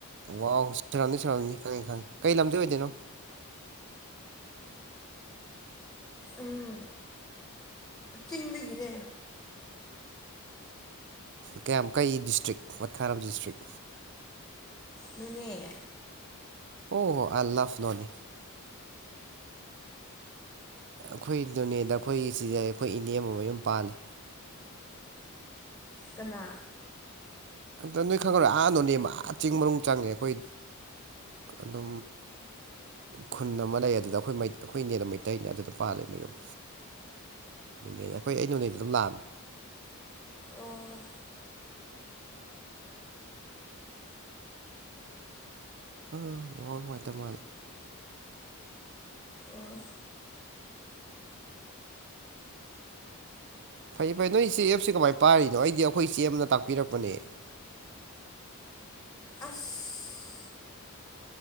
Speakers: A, on the right; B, on the left.
A: ꯋꯥ ꯁꯔꯥꯎꯅꯤ ꯁꯔꯝꯅꯤ ꯈꯪꯉꯤ ꯈꯪꯉꯤ ꯀꯩ ꯂꯝꯗꯤ ꯑꯣꯏꯗꯣꯏꯅꯣ
B: ꯎꯝ ꯆꯤꯡꯗꯒꯤꯅꯦ
A: ꯀꯌꯥꯝ ꯀꯩ ꯗꯤꯁꯇ꯭ꯔꯤꯛ ꯋꯥꯠꯈꯥꯔꯝ ꯗꯤꯁꯇ꯭ꯔꯤꯛ
B: ꯅꯨꯅꯦ
A: ꯑꯣ ꯍꯣ ꯑꯜ ꯐꯅꯣꯅꯦ ꯑꯩꯈꯣꯏ ꯅꯣꯅꯦꯗ ꯑꯩꯈꯣꯏꯒꯤ ꯁꯤꯗ ꯑꯩꯈꯣꯏ ꯏꯅꯦ ꯑꯃꯌꯨꯝ ꯄꯥꯜꯂꯤꯦ
B: ꯀꯅꯥ
A: ꯑꯝꯇ ꯅꯣꯏ ꯈꯪꯈꯔꯣꯏ ꯑꯥꯗꯣꯅꯦꯦꯝ ꯃꯥ ꯆꯤꯡ ꯃꯔ ꯆꯪꯉꯦ ꯑꯩꯈꯣꯏ ꯑꯗꯨꯝ ꯈꯨꯟ ꯑꯃ ꯂꯩ ꯑꯗꯨꯗ ꯑꯩꯈꯣꯏ ꯑꯩꯈꯣꯏ ꯏꯅꯦꯅ ꯃꯩꯇꯩꯅꯦ ꯑꯗꯨꯗ ꯄꯥꯜꯂꯦ ꯃꯌꯨꯝ ꯅꯦ ꯑꯩꯈꯣꯏ ꯑꯩ ꯅꯣꯅꯦꯗ ꯑꯗꯨꯝ ꯂꯥꯛꯑꯝꯃꯤ
B: ꯑꯣ
A: ꯑꯥ ꯌꯥꯝꯋꯥꯡ ꯅꯨꯡꯉꯥꯏꯇꯦ ꯃꯥꯂꯦ
B: ꯑ
A: ꯐꯩ ꯐꯩ ꯅꯣꯏ ꯁꯤꯦ ꯑꯦꯞꯁꯦ ꯀꯃꯥꯏꯅ ꯄꯥꯔꯤꯅꯣ ꯑꯩꯗꯤ ꯑꯩꯈꯣꯏ ꯏ ꯆꯦꯅ ꯇꯥꯛꯄꯤꯔꯛꯄꯅꯦ <inaudible>
B: ꯑꯁ